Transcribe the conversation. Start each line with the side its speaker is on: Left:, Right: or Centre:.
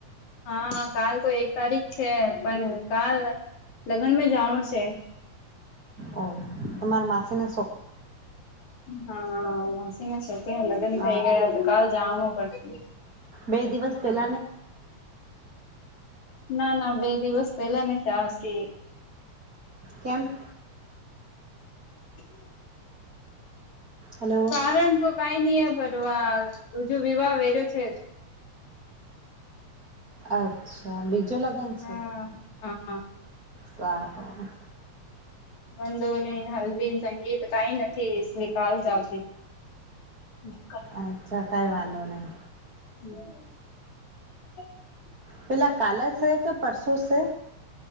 Left: હા કાલ તો એક તારીખ છે પણ કાલ લગ્ન મેં જાવાનું છે
Right: ઓ તમારા માસી ને
Left: હા માસીના છોકરાના લગ્ન
Right: સારું
Left: થઇ ગયા તો કાલ જવાનું પડે
Right: બે દિવસ પહેલા.
Left: ના ના બે દિવસ પેલા ન ચી.
Right: કેમ.
Left: હમ.
Right: હલો
Left: કારણ તો કઈ નઈ હે પણ વા જો વિવાહ વેર્યો છે.
Right: અચ્છા બીજું લગન છે?
Left: હા હા
Right: સારું.
Left: મંદોની હલવી સંગીત કઈ નથી એટલે કાલ જ આવતી. હમ.
Right: અચ્છા કઈ વાંધો નહી.
Left: હમ.
Right: પેલા કાલે છે કે પરસુ છે.